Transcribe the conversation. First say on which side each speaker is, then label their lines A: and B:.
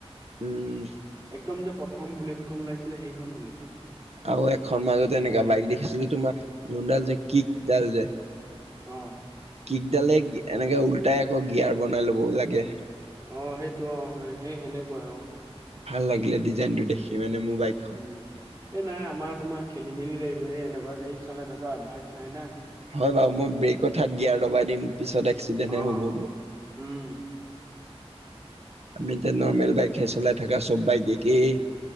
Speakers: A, on the right (about 75°); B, on the right (about 30°).
A: উম
B: একদম যে প্ৰথম বুলেটখন ওলাইছিলে সেইখন বুলেট
A: আৰু এখন মাজতে এনেকা বাইক দেখিছিলো তোমাৰ যোনডাল যে কিকডাল যে
B: অ
A: কিকডালেই এনেকে উলটাই আকৌ গিয়াৰ বনাই ল'বও লাগে
B: অ সেইটো অ স সেই সেনেকোৱাই অ
A: ভাল লাগিলে ডিজাইনটো দেখি মানে মোৰ বাইক
B: উম এ নাই আমাৰ তোমাৰ খেলি মেলি লাগিব এই এনেকুৱা গাড়ী চলাই তহঁত অভ্যাস নাই না
A: হয় বাৰু মই ব্ৰেকৰ ঠাইত গিয়াৰ দবাই দিম পিছতহে এক্সিডেণ্ট
B: অ
A: হে হ'বগৈ
B: উম
A: আমি এতিয়া নৰ্মেল বাইকহে চলাই থকা চব বাইক একেই